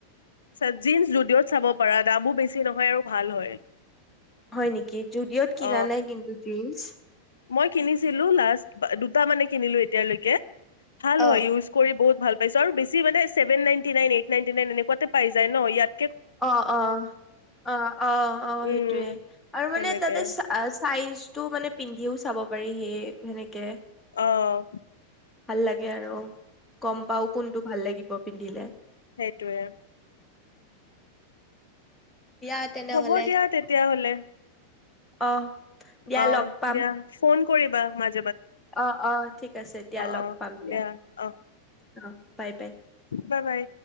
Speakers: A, on the left; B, in the centre.
A: চেটজিন ষ্টুডিঅ'ত চাব পাৰা দামো বেছি নহয় আৰু ভাল হয়
B: হয় নেকি যুদিঅ'ত কিনা
A: অ
B: নাই কিন্তু জীন্চ
A: মই কিনিছিলো লাষ্ট দুটা মানে কিনিলো এতিয়ালৈকে ভাল
B: অ
A: হয় ইউজ কৰি বহুত ভাল পাইছ আৰু বেছ মানেছেভে ninety nine eight ninety nine এনেকুৱাতে পাইায় ইয়াত
B: অ অ অ অ অ
A: উম
B: সেইটোয়ে আৰু
A: সেনেকে
B: মানে তাতে চ চাইজ টো মানে পিন্ধিও চাব পাৰি সেই সেনেকে
A: আহ
B: ভাল লাগে আৰু গম পাও কোনটো ভাল লাগিব পিন্ধিলে
A: সেইটোৱে
B: দিয়া তেনেহ'লে।
A: হ'ব দিয়া তেতিয়া হ'লে
B: অ দিয়া
A: অ
B: লগ পাম
A: দিয়া ফোন কৰিবা মা-
B: অ অ ঠিক আছে দিয়া লগ
A: অ
B: পাম দিয়া
A: অ
B: অ বাই বাই
A: বাই বাই